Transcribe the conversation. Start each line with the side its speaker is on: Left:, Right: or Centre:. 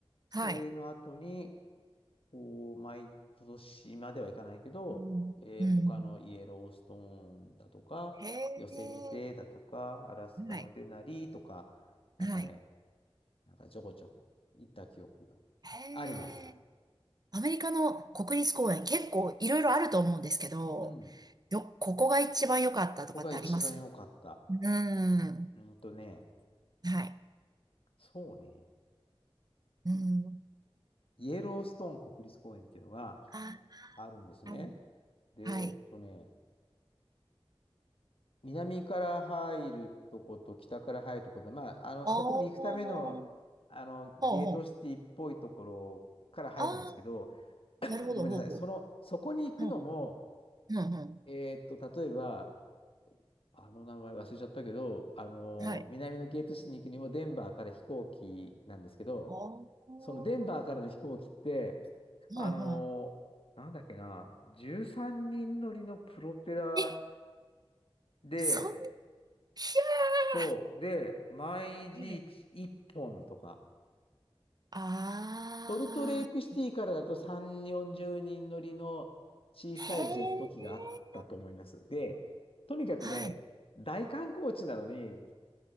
Left: それの後に、
Right: はい。
Left: こう、毎年まではいかないけど、
Right: うん。
Left: えー他のイエローストーンだとか、
Right: うん。へえ。
Left: ヨセミテだとか、アラスカのデナリとか、
Right: はい。
Left: なんかね、
Right: はい。
Left: なんかちょこちょこ行った記憶が
Right: へえ。
Left: あります。
Right: アメリカの国立公園、結構いろいろあると思うんですけど、
Left: うん。こ
Right: よ、ここが一番良かったとかってあります
Left: こが一番良かった。
Right: うん。
Left: うんとね、
Right: はい。
Left: そうね、
Right: うん。
Left: イエローストーン国立公園っていうのが
Right: あ、
Left: あるんですね。
Right: はい。
Left: で、
Right: はい。
Left: えっとね、南から入るとこと北から入るとこと、まあ、あの、
Right: おー。
Left: そこに行くための、
Right: ほう
Left: あの、ゲートシティっぽいところから入るんですけど、
Right: ほう。ああ、なるほど、
Left: ごめんなさい。
Right: ほうほう。
Left: その、そこに行くのも、
Right: うん。うん、うん。
Left: えーっと、例えば、あの名前忘れちゃったけど、あの、
Right: はい。
Left: 南のゲートシティに行くにもデンバーから飛行機なんですけど、
Right: おー。ほうん
Left: そのデンバーからの飛行機って、
Right: うん
Left: あの、なんだっけな、13人乗りのプロペラ
Right: え、
Left: で、
Right: そん、ひゃ
Left: そう。で、毎日1本とか。
Right: ー。ああ、
Left: ソルトレークシティからだと3、40人乗りの小さいジェット機があったと思います。
Right: へえ、
Left: で、とにかくね、
Right: はい。
Left: 大観光地なのに、